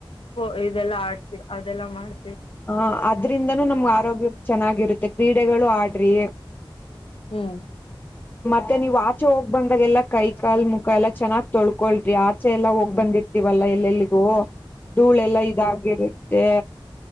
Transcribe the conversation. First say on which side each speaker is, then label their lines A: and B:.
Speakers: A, on the left; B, on the left.
A: ಹು ಇದೆಲ್ಲಾ ಆಡ್ತೀವಿ ಅದೆಲ್ಲಾ ಮಾಡ್
B: ಹ ಅದ್ರಿಂದನೂ ನಮ್ಗ ಆರೋಗ್ಯ ಚೆನ್ನಾಗಿರುತ್ತೆ ಕ್ರೀಡೆ ಗಡೆಗಳು ಆಡ್ರಿ
A: ಹ್ಮ್
B: ಮತ್ತೆ ನೀವು ಆಚೆ ಹೋಗ್ ಬಂದಾಗ ಎಲ್ಲ ಕೈ ಕಾಲ್ ಮುಖ ಎಲ್ಲಾ ಚೆನ್ನಾಗ್ ತೊಳ್ಕೊಳ್ರಿ ಆಚೆ ಎಲ್ಲಾ ಹೋಗ್ ಬಂದಿರ್ತವಲ್ಲಾ ಎಲ್ಲೆಲ್ಲಿಗೂ ಧೂಳೆ ಎಲ್ಲ ಇದಾಗಿರ ಏ